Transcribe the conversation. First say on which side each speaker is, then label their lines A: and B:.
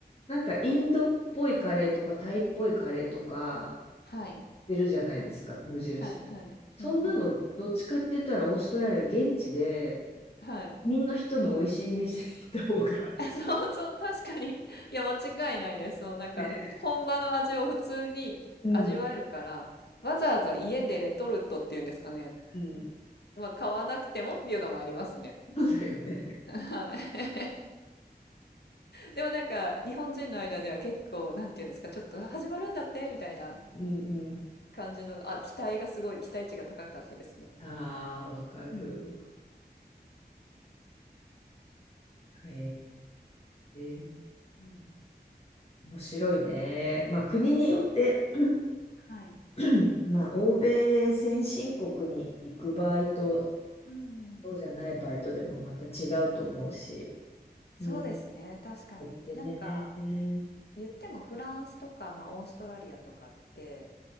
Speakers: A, on the left; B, on the left.
A: なんかインドっぽいカレーとかタイっぽいカレーとか
B: はい。
A: 出るじゃないですか、無印。
B: はい、はい。
A: そんなのどっちかって言ったらオーストラリア現地で
B: うんうん。はい。
A: みんな人の美味しい店行った方が
B: <laughs> そうそう、確かに。いや、間違いないです。そのなんか、
A: <laughs>
B: 本場の味を普通に味わえるから、
A: うん。
B: わざわざ家でレトルトっていうんですかね。
A: うん。
B: まあ、買わなくてもっていうのもありますね。
A: そうだよね。
B: <laughs> はい。でもなんか、日本人の間では結構、なんていうんですか、ちょっとあ始まるんだってみたいな
A: うんうん。
B: 感じの、あ、期待がすごい、期待値が高かったですね。
A: ああ、わかる。
B: うん。
A: へえ。
B: うん。
A: 面白いね。まあ国によって
B: はい。
A: <clears throat> まあ欧米先進国に行く場合と
B: うん。
A: そうじゃないバイトでもまた違うと思うし。
B: そうですね、
A: うん。
B: 確かに。
A: できてね。
B: なんか、
A: うん。
B: 言ってもフランスとか、まあ、オーストラリアとかって